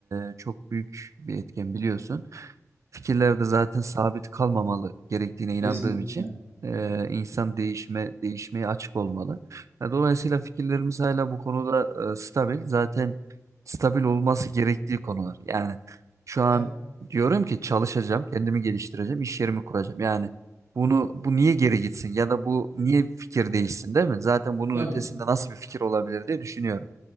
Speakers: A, on the right; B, on the right.
A: e, çok büyük bir etken biliyorsun. Fikirler de zaten sabit kalmamalı gerektiğine inandığım
B: Kesinlikle.
A: için e, insan değişime değişmeye açık olmalı. Yani dolayısıyla fikirlerimiz hala bu konuda e, stabil. Zaten stabil olması gerektiği konular. Yani şu an
B: Evet,
A: Diyorum ki çalışacağım, kendimi geliştireceğim, iş yerimi kuracağım. Yani bunu bu niye geri gitsin ya da bu niye fikir değişsin değil mi? Zaten bunun
B: tabii.
A: ötesinde nasıl bir fikir olabilir diye düşünüyorum.